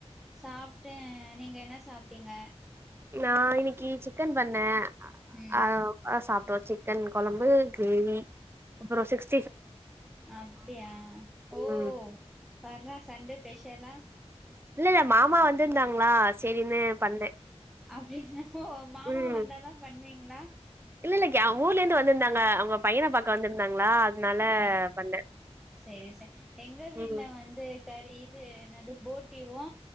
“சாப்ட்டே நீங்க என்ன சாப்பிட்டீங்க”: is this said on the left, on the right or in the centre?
Centre